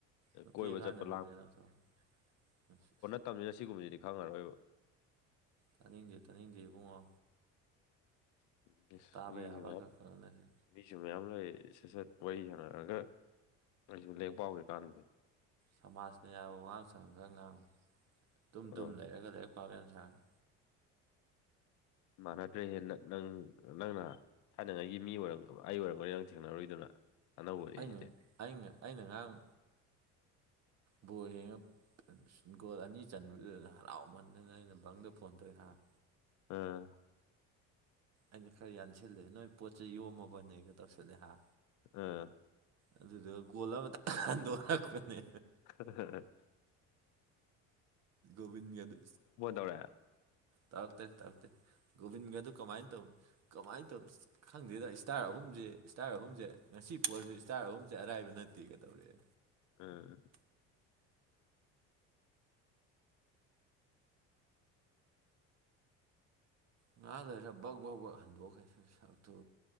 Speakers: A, on the right; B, on the left.
A: ꯅꯨꯄꯤ
B: ꯀꯣꯏꯕ
A: ꯑꯉꯥꯡꯅꯒꯗꯤ
B: ꯆꯠꯄ
A: ꯂꯪꯊꯣꯛꯑꯝꯣ ꯑꯁꯁ
B: ꯇꯝꯅꯤꯅ ꯁꯤꯒꯨꯝꯕꯁꯤꯗꯤ ꯈꯪꯉꯔꯣꯏꯕ
A: ꯇꯥꯅꯤꯡꯗꯦ ꯇꯥꯅꯤꯡꯗꯦ ꯏꯕꯨꯡꯉꯣ
B: ꯁ
A: ꯇꯥꯕ
B: ꯃꯤꯖ
A: ꯌꯥꯕ ꯈꯔ ꯈꯪꯍꯟꯅꯁꯦ
B: ꯃꯤꯁꯨ ꯃꯌꯥꯝ ꯂꯩ ꯁꯠ ꯁꯠ ꯋꯥꯔꯤ ꯍꯪꯉꯛꯑꯒ ꯑꯩꯁꯨ ꯂꯦꯡ ꯄꯥꯎꯒꯦ ꯀꯥꯟꯗꯗꯤ
A: ꯁꯃꯥꯖꯅ ꯌꯥꯕ ꯋꯥꯉꯥꯡ ꯁꯪꯉ ꯈꯔ ꯉꯥꯡ ꯇꯨꯝ
B: ꯑꯥ
A: ꯇꯨꯝ ꯂꯩꯔꯒ ꯂꯥꯏꯔꯤꯛ ꯄꯥꯕ ꯁꯥꯔꯅꯤ
B: ꯃꯥꯟꯅꯗ꯭ꯔꯦ ꯍꯦꯟꯅ ꯅꯪ ꯅꯪꯅ ꯊꯥꯏꯅꯉꯥꯏꯒꯤ ꯃꯤ ꯑꯣꯏꯔꯝ ꯑꯩ ꯑꯣꯏꯔꯝꯒꯅꯤ ꯅꯪ ꯊꯦꯡꯅꯔꯨꯏꯗꯨꯅ ꯑꯅꯧꯕꯅꯤ
A: ꯑꯩꯅ
B: ꯁꯤꯗꯤ
A: ꯑꯩꯅ ꯑꯩꯅ ꯉꯔꯥꯡ ꯕꯣꯔ ꯍꯦꯡꯉ ꯒꯣꯜ ꯑꯅꯤ ꯆꯟꯕꯗꯨꯗ ꯍꯔꯥꯎꯃꯟꯗꯅ ꯑꯩꯅ ꯕꯪꯗ ꯐꯣꯟ ꯇꯧꯏꯦꯍꯥꯛ
B: ꯑꯥ
A: ꯑꯩꯅ ꯈꯔ ꯌꯥꯟꯁꯤꯜꯂꯦ ꯅꯣꯏ ꯄꯣꯠꯁꯦ ꯌꯣꯝꯃꯕꯅꯦꯒ ꯇꯧꯁꯜꯂꯦ ꯍꯥꯏ
B: ꯑꯥ
A: ꯑꯗꯨꯗ ꯒꯣꯜ ꯑꯃꯇ ꯍꯟꯗꯣꯛꯔꯛꯄꯅꯦ
B: ꯑ
A: ꯣꯕꯤꯤꯟ ꯌꯥꯗ
B: ꯇꯧꯔꯛꯑꯦ
A: ꯇꯥꯛꯥꯛꯇ ꯇꯥꯛꯥꯛꯇ ꯣꯕꯤꯟꯒꯗꯨ ꯀꯃꯥꯏꯅ ꯇꯧꯋꯤ ꯀꯃꯥꯏꯅ ꯇꯧꯋ ꯈꯪꯗꯦꯗ ꯏꯁꯇꯥꯔ ꯑꯍꯨꯝꯁꯦ ꯏꯁꯇꯥꯔ ꯑꯍꯨꯝꯁꯦ ꯉꯁꯤ ꯄꯣꯠꯁꯨ ꯏꯁꯇꯥꯔ ꯑꯍꯨꯝꯁꯦ ꯑꯔꯥꯏꯕ ꯅꯠꯇꯦ ꯀꯩꯗꯧꯔꯛꯑꯦ
B: ꯑꯥ
A: ꯉꯥ ꯂꯩꯔ ꯕꯛ ꯕꯧ ꯕꯛ ꯍꯟꯗꯣꯛꯈ꯭ꯔꯁꯨ ꯁꯛꯇꯨ